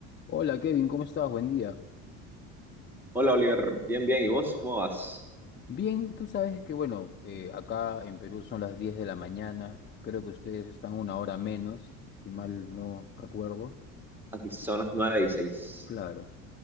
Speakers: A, on the left; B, in the centre.
A: Hola Kevin, ¿cómo estás? Buen día.
B: Hola Oliver, bien, bien. ¿Y vos cómo vas?
A: Bien, tú sabes que bueno, eh, acá en Perú son las 10 de la mañana, creo que ustedes están una hora menos, si mal no recuerdo.
B: Aquí son las nueve y seis.
A: Claro.